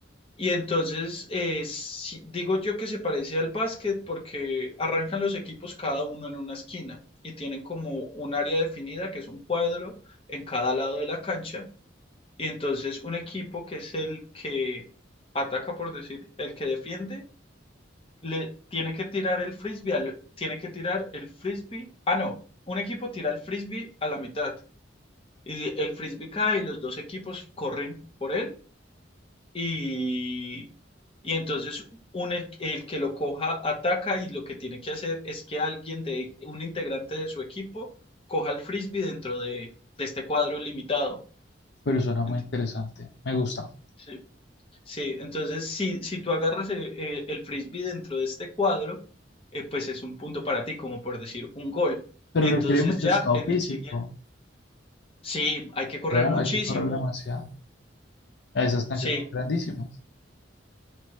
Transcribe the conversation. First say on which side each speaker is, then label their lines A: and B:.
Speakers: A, on the left (about 30°); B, on the left (about 60°).
A: Y entonces, eh, si- digo yo que se parece al básquet porque arrancan los equipos cada uno en una esquina y tienen como un área definida que es un cuadro en cada lado de la cancha. Y entonces un equipo que es el que ataca, por decir, el que defiende, le tiene que tirar el frisbee, al- tiene que tirar el frisbee. Ah, no, un equipo tira el frisbee a la mitad Y el frisbee cae y los dos equipos corren por él y, y entonces un, el, el que lo coja ataca y lo que tiene que hacer es que alguien de un integrante de su equipo coja el frisbee dentro de, de este cuadro limitado.
B: pero suena muy
A: Ent-
B: interesante, me gusta.
A: Sí, sí, entonces si, si tú agarras el, el- el frisbee dentro de este cuadro, eh, pues es un punto para ti, como por decir un gol.
B: Pero
A: Y entonces
B: requiere mucho
A: ya
B: estado
A: en
B: físico,
A: el siguiente, sí, hay que correr
B: claro,
A: muchísimo,
B: hay que correr demasiado. Ah, Esas canchas
A: sí,
B: son grandísimas.